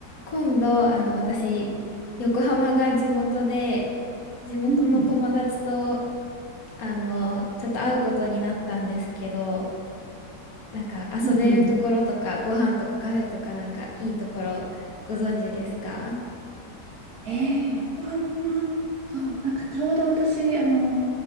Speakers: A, on the left; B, on the right.
A: 今度、あの、私、横浜が地元で、地元の友達と、
B: うん、うん
A: あの、ちょっと会うことになったんですけど、なんか遊べるところとか、
B: うん。
A: ご飯とかカフェとかなんかいいところご存知ですか
B: えー、横浜。そう、なんかちょうど私、あの、